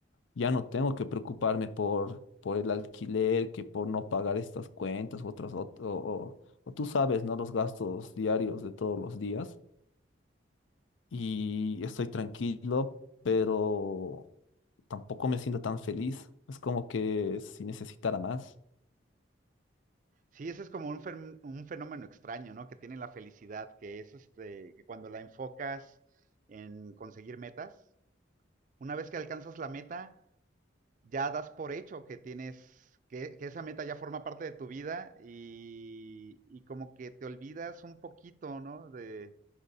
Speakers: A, on the left; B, on the right.
A: ya no tengo que preocuparme por, por el alquiler, que por no pagar estas cuentas u otras, ot- o, o, o tú sabes, ¿no? Los gastos diarios de todos los días. Y estoy tranquilo, pero tampoco me siento tan feliz. Es como que si necesitara más.
B: Sí, ese es como un, fen- un fenómeno extraño, ¿no? Que tiene la felicidad, que es este, que cuando la enfocas en conseguir metas, una vez que alcanzas la meta, ya das por hecho que tienes, que, que esa meta ya forma parte de tu vida y, y como que te olvidas un poquito, ¿no? De,